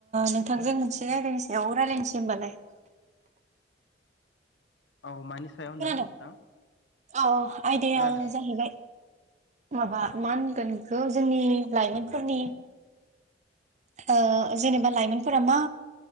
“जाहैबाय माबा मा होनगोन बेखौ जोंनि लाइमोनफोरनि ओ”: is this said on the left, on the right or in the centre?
Right